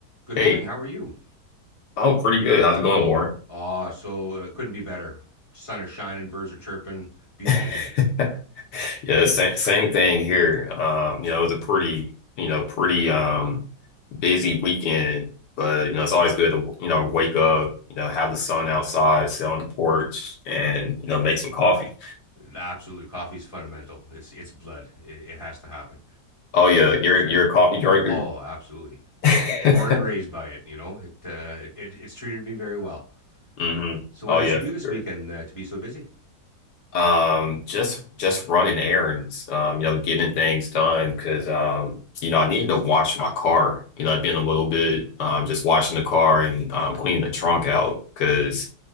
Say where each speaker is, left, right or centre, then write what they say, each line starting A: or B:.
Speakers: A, on the left; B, on the left.
A: Good
B: Hey,
A: morning. How are you?
B: oh, pretty good. How's it going, Warren?
A: Ah, uh, so it uh, couldn't be better. Sun is shining, birds are chirping. Beautiful
B: <laughs>
A: day.
B: Yeah, same same thing here. Um, you know, it was a pretty, you know, pretty um busy weekend, but you know, it's always good to, you know, wake up, you know, have the sun outside, sit on the porch and, you know, make some coffee.
A: Absolutely, coffee's fundamental. It's it's blood. It, it has to happen.
B: Oh yeah, you're you're a coffee drinker.
A: Oh, absolutely.
B: <laughs>
A: Born and raised by it. You know, it, uh, it it it's treated me very well.
B: hmm
A: So, what
B: Oh
A: did
B: yeah,
A: you do
B: for
A: this
B: sure.
A: weekend uh, to be so busy?
B: Um, just just running errands, um, you know, getting things done because um, you know, I needed to wash my car. You know, I've been a little bit um, just washing the car and um, cleaning the trunk out because